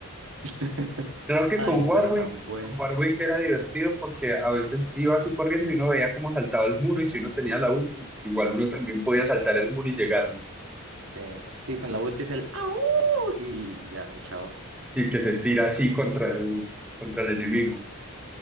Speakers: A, on the right (about 75°); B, in the centre.
A: <laughs>
B: Claro que
A: Ay,
B: con
A: eso
B: Warwick,
A: era tan bueno.
B: con Warwick era divertido porque a veces iba así corriendo y uno veía cómo saltaba el muro y si uno tenía la ulti, igual uno también podía saltar el muro y llegarle.
A: Sí, sí, con la vuelta es el ¡Au! Y ya, y chao.
B: Sí, que se tira así contra el, contra el enemigo.